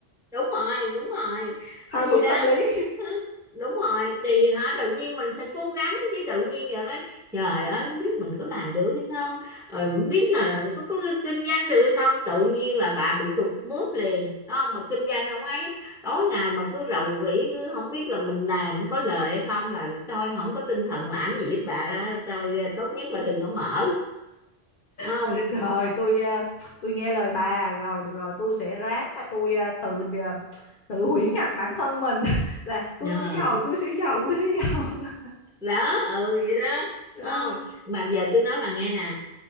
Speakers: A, in the centre; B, on the left.
A: đúng rồi đúng rồi
B: <laughs> thao
A: nói vậy
B: túng
A: đó
B: tâm lý
A: Hả? đúng rồi thì hả tự nhiên mình sẽ cố gắng chứ tự nhiên giờ nói trời ơi không biết mình có làm được hay không rồi không biết là có, có kinh doanh được hay không tự nhiên là bà bị tụt mood liền Đúng không bà kinh doanh không ấy tối ngày mà cứ rầu rĩ cứ không biết là mình làm có lời hay không là thôi không có tinh thần làm gì hết bà đó. tôi tốt nhất là đừng có mở Đúng không
B: Được rồi tôi ờ, tôi nghe lời bà rồi được rồi tôi sẽ ráng là tôi ờ, tự ờ, tự huyễn hoặc bản thân mình <laughs> là tôi
A: Ờ.
B: sẽ giàu tôi sẽ giàu tôi sẽ giàu <laughs>
A: đó ừ vậy đó
B: rồi
A: không mà giờ tôi nói bà nghe nè